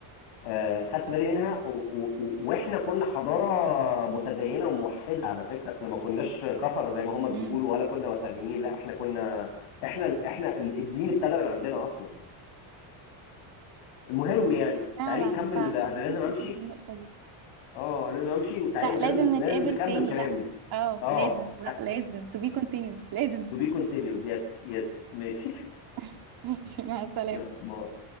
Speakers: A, on the left; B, on the right.
A: آه، خدت بالي منها و- و- و- واحنا كنا حضاره متدينه وموحده على فكره احنا ما كناش كفره زي ما هم بيقولوا
B: امم
A: ولا كنا وثنيين لا احنا كنا احنا احنا الدين ابتدى من عندنا اصلا المهم يعني
B: فعلا
A: تعالي نكمل
B: انت
A: انا
B: خليتني
A: لازم
B: اخد
A: امشي
B: بالي من النقطه دي
A: اه انا لازم امشي وتعالي
B: لا
A: لازم
B: لازم
A: لازم
B: نتقابل
A: نكمل
B: تاني
A: كلام
B: لا اه
A: اه
B: لازم
A: ح-
B: لا لازم to be continued لازم
A: to be continued yes yes ماشي <laughs>
B: <laughs> ماشي مع السلامه
A: يلا باي